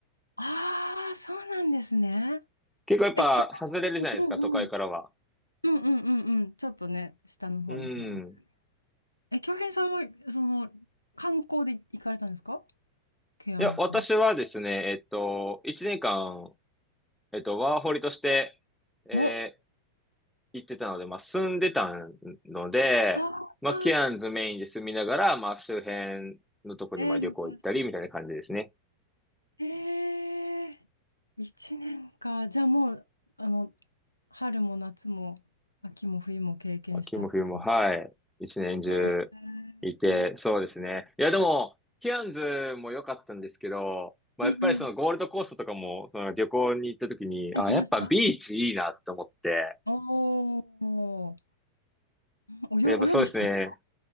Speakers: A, on the left; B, in the centre.
A: ああ、そうなんですね。
B: 結構やっぱ、
A: え、兄
B: 外れるじゃないですか、
A: うんうん。
B: 都会からは。
A: うんうんうんうん。ちょっとね、下の方ですもんね。
B: うん。
A: え、京平さんは、その、観光で行かれたんですかケアンズ。
B: いや、私はですね、えっと、1年間えっと、ワーホリとして、えー
A: お、
B: 行ってたので、まあ、住んでたので、
A: ああ、
B: まあ、ケアンズメインで住みながら、まあ、周辺のとこにまあ旅行行ったりみたいな感じですね。
A: えー、旅行したい。ええー、1年か。じゃあもう、あの、春も夏も秋も冬も経験したって感じ。
B: 秋も冬も、はい。一年中
A: えー、
B: いて、そうですね。いや、でも、ケアンズも良かったんですけど、まあ、
A: うんうん。
B: やっぱりそのゴールドコーストとかも、その旅行に行った時に、
A: あ行きましたうん
B: あ、やっぱビーチいいなと思って、
A: おーおー、
B: でやっぱそうですね。
A: 泳、ぐ人ですか